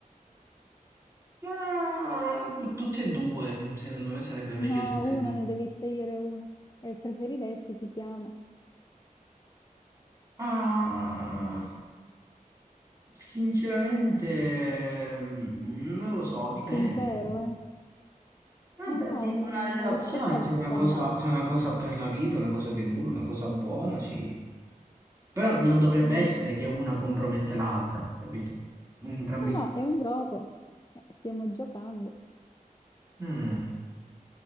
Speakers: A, on the right (about 20°); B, on the left (about 25°).
A: Ma tutte e due, secondo me sarebbe meglio
B: No,
A: tutte
B: una
A: e due.
B: ne devi scegliere una. E preferiresti si chiama.
A: Ma sinceramente mm, non lo so, dipende.
B: Sincero, eh?
A: Vabbè,
B: Eh no,
A: ti dico
B: un-
A: la relazione,
B: una risposta
A: se è una cosa,
B: va data.
A: se è una cosa per la vita, una cosa che dura, una cosa buona, sì. Però non dovrebbe
B: Mm.
A: essere che una compromette l'altra, capito? In entrambi
B: No, no,
A: i casi.
B: è un gioco. Eh, stiamo giocando.
A: Mm.